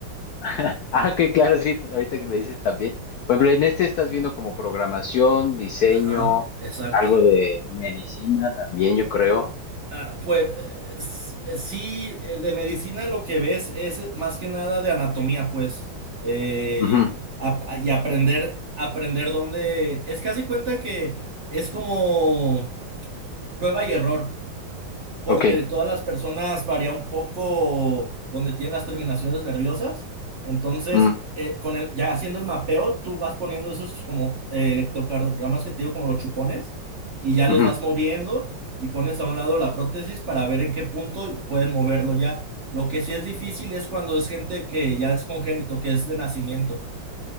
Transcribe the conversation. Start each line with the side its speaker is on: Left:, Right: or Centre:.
Left: <laughs> ah, que claro, sí, ahorita que me dices también. Por ejemplo, en este estás viendo como programación, diseño,
Right: <laughs> Ajá, exacto.
Left: algo de medicina también, yo creo.
Right: Ah, pues eh, sí, eh, de medicina lo que ves es eh, más que nada de anatomía, pues, eh,
Left: Ujú,
Right: ap- a- y aprender, aprender dónde, es que hace cuenta que es como prueba y error porque
Left: Ok.
Right: todas las personas varía un poco donde tienen las terminaciones nerviosas. Entonces,
Left: mm,
Right: eh, con el, ya haciendo el mapeo, tú vas poniendo esos como eh, electrocardiogramas que te digo, como los chupones, y ya los
Left: ujú.
Right: vas moviendo y pones a un lado la prótesis para ver en qué punto pueden moverlo ya. Lo que sí es difícil es cuando es gente que ya es congénito, que es de nacimiento.